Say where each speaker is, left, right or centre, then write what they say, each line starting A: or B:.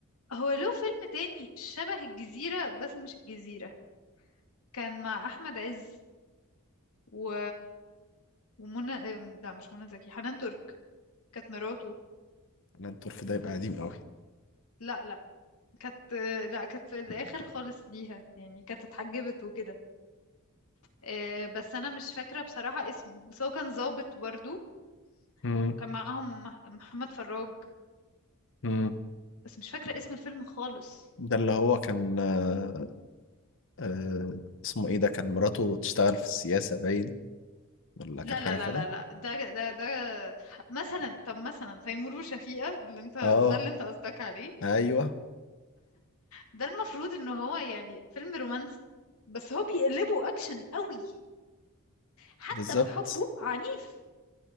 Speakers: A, on the left; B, on the left.
A: هو له فيلم تاني شبه الجزيرة بس مش الجزيرة كان مع احمد عز و ومنى ام، لا مش منى زكي حنان ترك كانت مراته
B: انا الطرف ده يبقى قديم قوي
A: لا لا كانت لا كانت في الاخر خالص ليها يعني كانت اتحجبت وكده آه، بس انا مش فاكرة بصراحة اسمه بس هو كان ظابط برضو
B: مم.
A: وكان معاهم مح- محمد فراج
B: مم.
A: بس مش فاكرة اسم الفيلم خالص
B: ده اللي هو كان آه آه اسمه ايه ده كان مراته تشتغل في السياسة باين ولا
A: لا
B: كان حاجة
A: لا لا
B: كده
A: لا لا ده ده ده مثلا طب مثلا تيمور وشفيقة اللي انت
B: اه
A: ده اللي انت قصدك عليه
B: ايوه
A: ده المفروض ان هو يعني فيلم رومانسي بس هو بيقلبه اكشن قوي حتى
B: بالظبط
A: في حبه عنيف